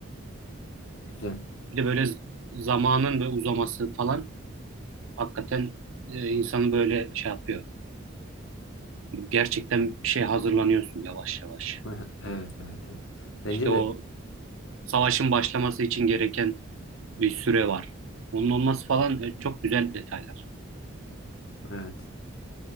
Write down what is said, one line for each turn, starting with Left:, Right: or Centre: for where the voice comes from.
Left: Güzel.
Right: Bir de böyle z- zamanın böyle uzaması falan hakikaten e, insanı böyle şey yapıyor. gerçekten bir şey hazırlanıyorsun yavaş yavaş.
Left: <laughs> Evet, evet, evet. Bence
Right: İşte o
Left: de
Right: savaşın başlaması için gereken bir süre var. Onun olması falan e, çok güzel detaylar.
Left: evet.